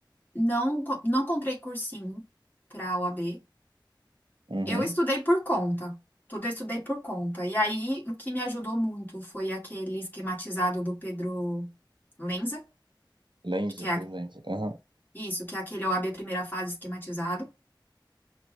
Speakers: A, on the left; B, on the right.
A: não, co- não comprei cursinho para pra OAB.
B: Uhum.
A: Eu estudei por conta. Tudo eu estudei por conta. E aí, o que me ajudou muito foi aquele esquematizado do Pedro Lenza,
B: Lenser,
A: que é
B: por Lenser. Aham.
A: isso, que é aquele o OAB primeira fase esquematizado.